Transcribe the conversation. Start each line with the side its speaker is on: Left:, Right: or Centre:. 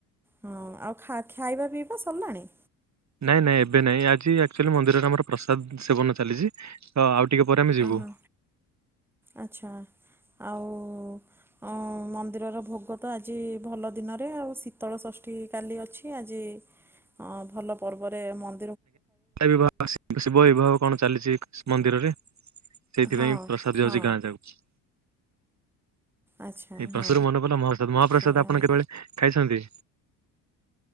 Centre: ହଁ ଆଉ ଖା-ଖାଇବା ପିଇବା ସରିଲାଣି?
Right: ନାଇଁ ନାଇଁ ଏବେ ନାଇଁ ଆଜି ଆକଚୁଆଲି ମନ୍ଦିରରେ ଆମର ପ୍ରସାଦ ସେବନ ଚାଲିଛି। ତ ଆଉ ଟିକେ ପରେ ଆମେ ଯିବୁ।
Centre: ଅହଁ ଆଚ୍ଛା ଆଉ ଉଁ ମନ୍ଦିରର ଭୋଗ ତ ଆଜି ଭଲ ଦିନରେ ଆଉ ଶୀତଳଷଷ୍ଠୀ କାଲି ଅଛି ଆଜି ହଁ ଭଲ ପର୍ବରେ ମ
Right: ଆଜ୍ଞାବା ଶିବ ବିବାହ କଣ ଚାଲିଛି ମନ୍ଦିରରେ ସେଇଥିପାଇଁ
Centre: ହଁ
Right: ପ୍ରସାଦ
Centre: ହଁ
Right: ଯାଉଛି ଗାଁ ଯାକୁ।
Centre: ଆଚ୍ଛା
Right: ଏଇ ପ୍ରସଦୁର
Centre: ହଁ
Right: <unintelligible> ମହାପ୍ରସାଦ ମହାପ୍ରସାଦ
Centre: ସେଇଆ
Right: ଆପଣ
Centre: ଆଉ।
Right: କେତେବେଳେ ଖାଇଛନ୍ତି?